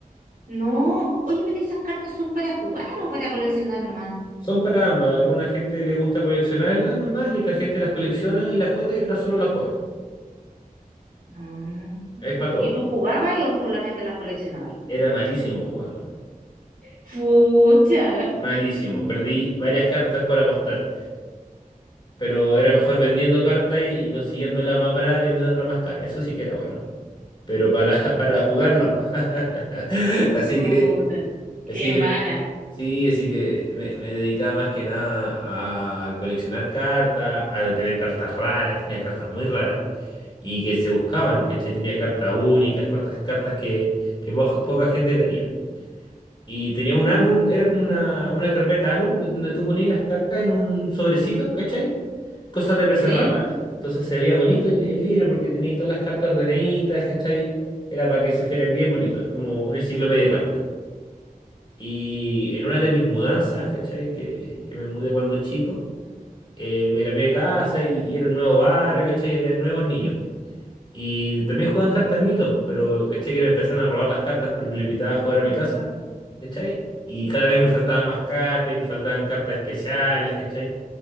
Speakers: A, on the right; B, on the left.
A: No, oye, pero esas cartas son para jugar o para coleccionar nomás.
B: Son para ambas. Alguna gente le gusta coleccionarlas nomás y otra gente las colecciona y las juega y otra solo las juega.
A: Ah.
B: Es para todo.
A: ¿Y tú jugabas o solamente las coleccionabas?
B: Era malísimo jugando.
A: Fucha.
B: Malísimo. Perdí varias cartas para apostar. Pero era mejor vendiendo cartas y, y consiguiéndola más barata y vendiéndola más cara. Eso sí que era bueno. Pero para, <laughs> para jugar no. <laughs> Así
A: Chuta,
B: que, así
A: qué
B: que
A: mala.
B: me- sí, así que me, me dedicaba más que nada a coleccionar cartas, a tener cartas raras, tenía cartas muy raras y que se buscaban, ¿cachai? Tenía cartas únicas, cartas, cartas que, que po- poca gente tenía. Y tenía un álbum, era como una, una carpeta álbum de- donde tú ponías las cartas en un sobrecito, ¿cachai? Cosa de preservarlas.
A: ¿Sí?
B: Entonces se veía bonito el, el libro porque tenía todas las cartas ordenaditas, ¿cachai? Era para que se fuera bien bonito, es como una enciclopedia de cartas. Y en una de mis mudanzas, ¿cachai? Que, que me mudé cuando chico, eh, me cambié de casa y, y era un nuevo barrio, ¿cachai? Y había nuevos niños. Y también juegan cartas mito, pero caché que me empezaron a robar las cartas porque lo invitaba a jugar a mi casa, ¿cachai? Y cada vez me faltaban más cartas y me faltaban cartas especiales, ¿cachai?